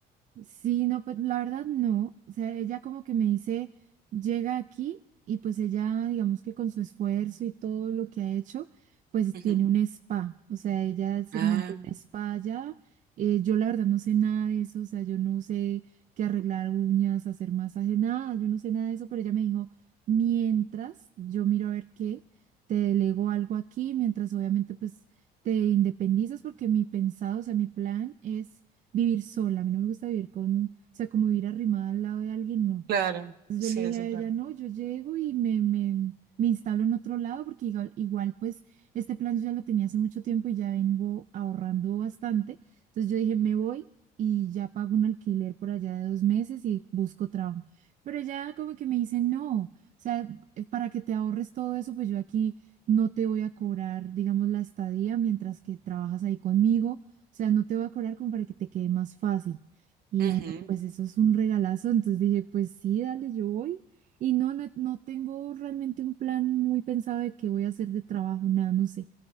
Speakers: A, on the right; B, on the right.
A: Sí, no, pues la verdad no. O sea, ella como que me dice, llega aquí y pues ella, digamos que con su esfuerzo y todo lo que ha hecho, pues
B: Ujú.
A: tiene un spa. O sea, ella se
B: Ah,
A: montó un spa allá. Eh, yo la verdad no sé nada de eso. O sea, yo no sé qué arreglar uñas, hacer masaje, nada. Yo no sé nada de eso, pero ella me dijo, mientras yo miro a ver qué, te delego algo aquí, mientras obviamente pues te independizas porque mi pensado, o sea, mi plan es vivir sola, a mí no me gusta vivir con, o sea, como vivir arrimada al lado de alguien, no.
B: claro.
A: Entonces
B: Sí,
A: yo le
B: eso
A: dije a
B: es
A: ella,
B: verdad.
A: no, yo llego y me, me, me instalo en otro lado porque igual, igual, pues este plan yo ya lo tenía hace mucho tiempo y ya vengo ahorrando bastante. Entonces yo dije, me voy y ya pago un alquiler por allá de dos meses y busco trabajo. Pero ya como que me dice, no, o sea, eh, para que te ahorres todo eso, pues yo aquí no te voy a cobrar, digamos, la estadía mientras que trabajas ahí conmigo. O sea, no te voy a cobrar como para que te quede más fácil. Y ya
B: Ujú.
A: no, pues eso es un regalazo. Entonces dije, pues sí, dale, yo voy. Y no, no, no tengo realmente un plan muy pensado de qué voy a hacer de trabajo, nada, no sé.